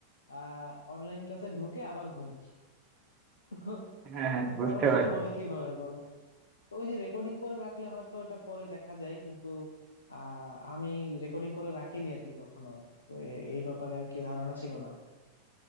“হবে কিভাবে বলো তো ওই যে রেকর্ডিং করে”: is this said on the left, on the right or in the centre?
Left